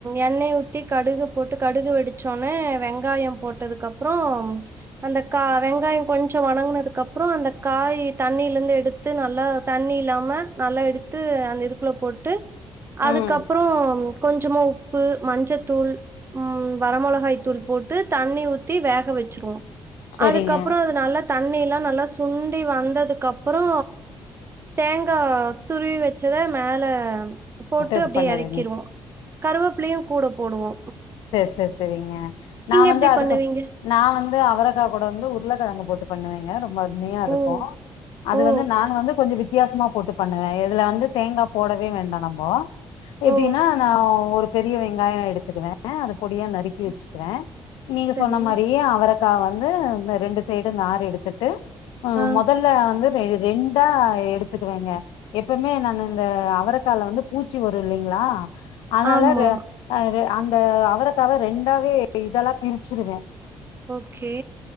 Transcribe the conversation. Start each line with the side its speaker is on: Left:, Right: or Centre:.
Right: எண்ணைய ஊத்தி கடுகு போட்டு கடுகு வெடிச்சோனே வெங்காயம் போட்டதுக் கப்புறோ அந்த கா வெங்காயம் கொஞ்சோம் வணங்குனதுக்க அப்புறோ அந்த காய் தண்ணில இருந்து எடுத்து நல்லா தண்ணி இல்லாம நல்லா எடுத்து அந்த இதுக்குள்ள போட்டு அதுக்கப்புறோம்
Left: ம்
Right: கொஞ்சமாக உப்பு மஞ்சத்தூள் வர மொளகாய் தூள் போட்டு தண்ணி ஊத்தி வேக வச்சுருஒம்
Left: செரிங்க
Right: அதுக்கப்புறோ அது நல்லா தண்ணி எல்லா நல்லா சுண்டி வந்ததுக்கு க ப்புறோ தேங்காவ துருவி வச்சத மேல போட்டு
Left: இது
Right: அப்டியே
Left: பண்ணிருவீங்க
Right: இறக்கிறுவோ கருவேப்பில்லயு கூட போடுவோ
Left: செரி செர்ரி செரிங் நா வந்து
Right: எப்படி
Left: அதுக்கு
Right: பண்ணுவீங்க?
Left: நா வந்து அவரக்கா கூட வந்து உருளைக்கிழங்கு போட்டு பண்ணுவீங்க ரொம்ப மிமையா இருக்கு
Right: ஓ!
Left: அது
Right: ஓ!
Left: வந்து நா வந்து கொஞ்ச வி வித்தியாசமா போட்டு பண்ணுவே இதுல வந்து தேங்கா போடவே வேண்டா நம்போ எப்டின்னா
Right: ஓ!
Left: நா ஒரு பெரிய வெங்காய எடுத்துக்குவே ஆ அது பொடியா நறுக்கி
Right: ச
Left: வச்சிக்கிற நீங்க
Right: சரி.
Left: சொன்ன மாரியே அவர க்கா வந்து இந்த ரெண்டு சைடு நார் எடுத்துட்டு ம்
Right: ஆ.
Left: மொதல்ல வந்து ரெ ரெண்டா எடுத்துக்குவேங்க எப்பமே நானு இந்த அவரக்கால வந்து பூச்சி வரு இல்லிங்களா அதனால
Right: ஆமா.
Left: ரெ அ ரெ த அவரக்காவ ரெண்டாவே இதெல்லா பிரிச்சிருவே
Right: ஓகே